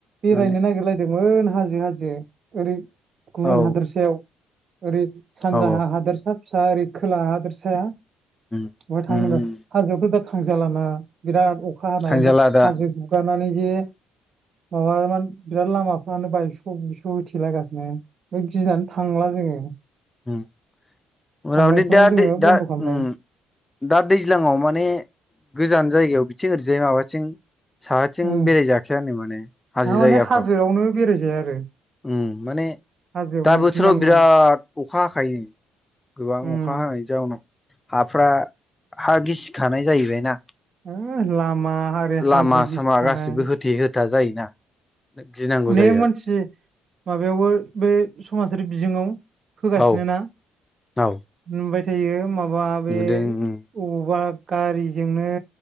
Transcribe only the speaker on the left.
माने
औ
औ
उम
उम उम
थांजाला
दा
ओम <unintelligible>
दादै
दा
ओम दा दैज्लांआव माने गोजान जायगायाव बिथिं ओरैजाय माबाथिं साहाथिं
बेराय जाखायानो माने हाजो
जायगाफ्राव।
उं माने
दा बोथोराव
बिराद अखा हाखायो। गोबां
अखा हानायनि जाउनाव हाफ्रा हा गिसिखानाय जाहैबायना।
लामा
सामा गासिबो होथे हो था जायोना गिनांगौ
जायो
आरो
औ
औ
नुदों उम